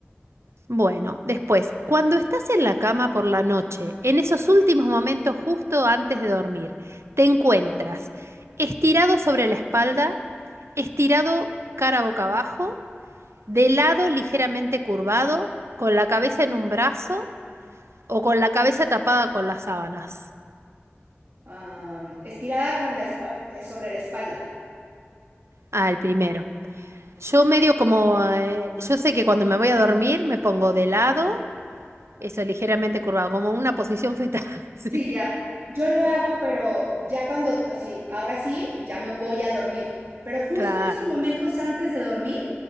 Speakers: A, on the right; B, on the right.
A: Bueno, después, cuando estás en la cama por la noche, en esos últimos momentos justo antes de dormir, te encuentras estirado sobre la espalda, estirado cara boca abajo De lado ligeramente curvado, con la cabeza en un brazo o con la cabeza tapada con las sábanas.
B: Am, estirada con la espa- eh, sobre la espalda.
A: Ah, el primero. Yo medio como, eh, yo sé que cuando me voy a dormir me pongo de lado, eso ligeramente curvado, como una posición fetal. <laughs> Sí.
B: Sí, ya. Yo lo hago, pero ya cuando, sí, ahora sí, ya me voy a dormir. Pero justo
A: Claro,
B: esos momentos antes de dormir,